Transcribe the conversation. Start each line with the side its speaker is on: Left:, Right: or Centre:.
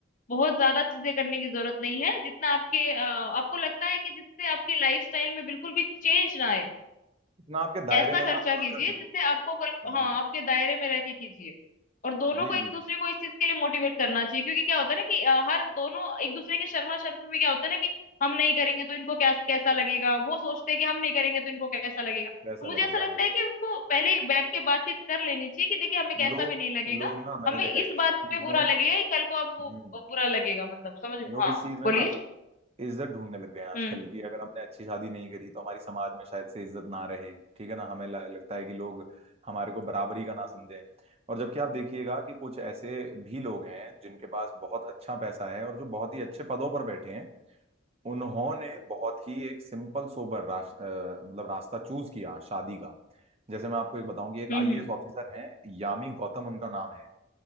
Left: बहुत ज्यादा चीजें करने की जरूरत नहीं है जितना आपके अ, आपको लगता है कि जिससे आपकी लाइफस्टाइल में बिल्कुल भी चेंज ना आए
Right: इतना आपके दायरे
Left: ऐसा
Right: में
Left: खर्चा
Right: है आप उतना
Left: कीजिए
Right: कर लीजिए
Left: जिससे आपको कल हाँ
Right: जी
Left: आपके दायरे में रह के कीजिए और दोनों
Right: जी
Left: को एक
Right: जी
Left: दूसरे
Right: जी
Left: को इस चीज के लिए मोटिवेट करना चाहिए क्योंकि क्या होता है ना कि अ, हर दोनों एक दूसरे के शर्मा शर्मी में क्या होता है ना कि हम नहीं करेंगे तो इनको क्या कैसा लगेगा वो सोचते हैं कि हम नहीं करेंगे तो इनको कैसा लगेगा
Right: वैसा
Left: तो मुझे
Right: लगेगा
Left: ऐसा लगता
Right: भाई
Left: है कि उनको पहले ही बैठ के बातचीत कर लेनी चाहिए कि देखिए हमें
Right: लोग
Left: कैसा भी नहीं लगेगा
Right: लोग ना मैंने
Left: हमें
Right: देखा
Left: इस
Right: है कि
Left: बात
Right: इस चीज
Left: पे बुरा
Right: में
Left: लगेगा कि कल को आपको
Right: हम्म
Left: बुरा लगेगा मतलब समझ रहे
Right: लोग
Left: हो? हाँ
Right: इस चीज में
Left: बोलिए
Right: ना इज्जत ढूंढने लग गए हैं आजकल
Left: हम्म
Right: कि अगर हमने अच्छी शादी नहीं करी तो हमारी समाज में शायद से इज्जत ना रहे ठीक है ना हमें ल- लगता है कि लोग हमारे को बराबरी का ना समझें और जबकि आप देखिएगा कि कुछ ऐसे भी लोग हैं जिनके पास बहुत अच्छा पैसा है और जो बहुत ही अच्छे पदों पर बैठे हैं उन्होंने बहुत ही एक सिंपल सोबर राश अ, मतलब रास्ता चूज किया शादी का जैसे मैं आपको एक बताऊं कि एक
Left: हम्म
Right: आईएएस ऑफिसर हैं यामी गौतम उनका नाम है